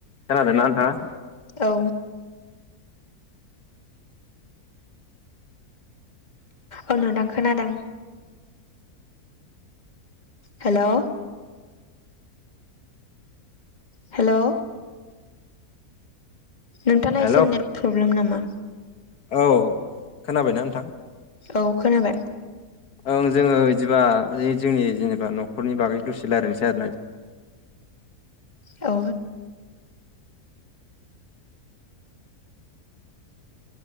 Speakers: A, on the left; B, on the left.
A: खोनादोंना नोंथाङा?
B: औ। औ नोंथां खोनादों। हेलौ हेलौ नोंथाङा
A: हेल'
B: एसे नेट प्रब्लेम नामा?
A: औ खोनाबायना नोंथां?
B: औ खोनाबाय।
A: ओं जोङो बिदिबा जोंनि जेनेबा न'खरनि बागै दसे रायलायनोसै आरो ना?
B: आ